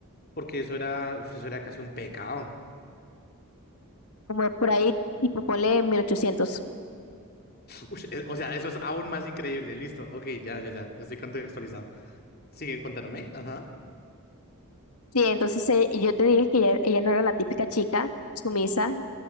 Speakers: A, on the left; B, on the left.
A: Porque eso era, eso era casi un pecado.
B: como por ahí, tipo ponle mil ochocientos
A: Ush, eh, o sea, eso es aún más increíble. Listo. Ok, ya, ya, ya. Estoy contextualizado. Sigue contándome. Ajá.
B: Sí, entonces eh, yo te dije que ella, ella no era la típica chica sumisa